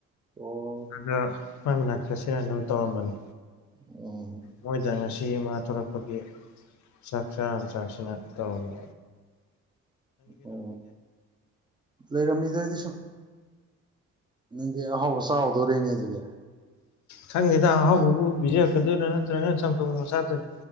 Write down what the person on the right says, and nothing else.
ꯑꯣ
ꯎꯝ
ꯑꯣ ꯂꯩꯔꯝꯃꯤ ꯑꯩꯗꯤ ꯁꯨꯝ ꯅꯪꯗꯤ ꯑꯍꯥꯎꯕ ꯆꯥꯎꯗꯣꯔꯤꯅꯦ ꯑꯗꯨꯗꯤ